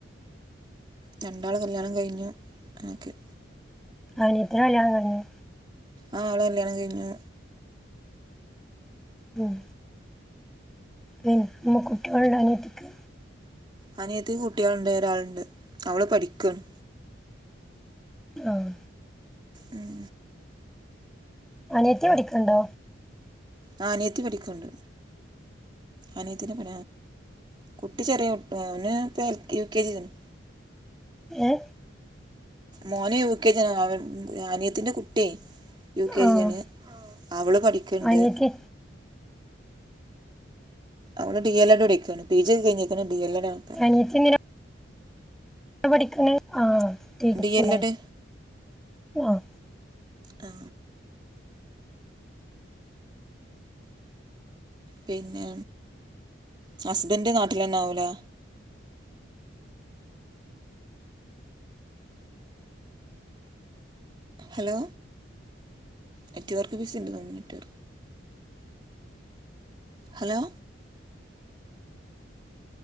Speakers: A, on the right (about 25°); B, in the centre.
A: രണ്ടാള് കല്ലാണം കഴിഞ്ഞു ഞാക്ക്.
B: അനിയത്തിന്റെ കല്ല്യാണം കഴിഞ്ഞോ?
A: ആഹ് അവളെ കല്ല്യാണം കഴിഞ്ഞു.
B: ഉം പിന്നെ നമ്മ കുട്ടികള് ഉണ്ടോ അനിയത്തിക്ക്.
A: അനിയത്തിക്ക് കുട്ടിയൾ ഉണ്ട് ഒരാളുണ്ട് അവള് പഠിക്കാണ്
B: ആഹ്
A: ഉം
B: അനിയത്തി പഠിക്ക്ണ്ടോ?
A: ആ അനിയത്തി പഠിക്കണ്ട് അനിയത്തിന്റെ പ കുട്ടി ചെറിയ ഓന് ഇപ്പ എ യു കെ ജി യിലാണ്.
B: ഏഹ്.
A: മോൻ യു കെ ജി ആണ് ആനിയത്തിന്റെ കുട്ടിയെ. യു കെ
B: ആഹ്
A: ജിയാണ് അവള് പഠിക്ക്ണ്ട്.
B: അനിയത്തി
A: അവൽ ഡി എൽ എഡ്ടാണ് പിജി ഒക്കെ കഴിഞ്ഞ്ക്ക്ണ് ഡി എൽ എഡ് ആണ്. ഇപ്പം
B: അനിയത്തി എന്തിനാ ന്തിനാ പഠിക്ക്‌ണെ ആ T T
A: D
B: C
A: L
B: ലെ
A: എഡ്
B: ആ
A: ആ പിന്നെ ഹസ്ബൻഡ് നാട്ടിലെന്നെ ആവും ലെ ഹലോ നെറ്റ്‌വർക്ക് ബിസി ഇണ്ട് നെറ്റ് ഹലോ